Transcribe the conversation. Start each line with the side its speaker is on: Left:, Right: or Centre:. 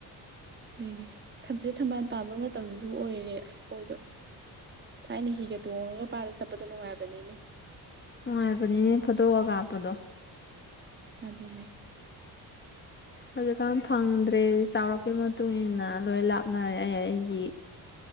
Right: ꯍꯣꯏꯅꯦ ꯊꯝꯆꯦꯠ ꯊꯝꯕꯥꯜ ꯄꯥꯟꯕ ꯃꯇꯝꯁꯨ ꯑꯣꯏꯔꯦ ꯑꯁ ꯈꯣꯏꯗꯣ ꯊꯥꯏꯅ ꯍꯤꯒ ꯇꯣꯡꯉꯒ ꯄꯥꯠꯇ ꯆꯠꯄꯗꯣ ꯅꯨꯡꯉꯥꯏꯕꯅꯤꯅꯦ
Left: ꯅꯨꯡꯉꯥꯏꯕꯅꯤꯅꯦ ꯐꯣꯇꯣꯒ ꯀꯥꯞꯄꯗꯣ
Right: ꯑꯗꯨꯅꯦ
Left: ꯍꯧꯖꯤꯛꯀꯥꯟ ꯐꯪꯗ꯭ꯔꯦ ꯆꯥꯎꯔꯛꯄꯩ ꯃꯇꯨꯡ ꯏꯟꯅ ꯂꯣꯏ ꯂꯥꯞꯅꯔꯦ ꯑꯩ ꯑꯩꯒꯤ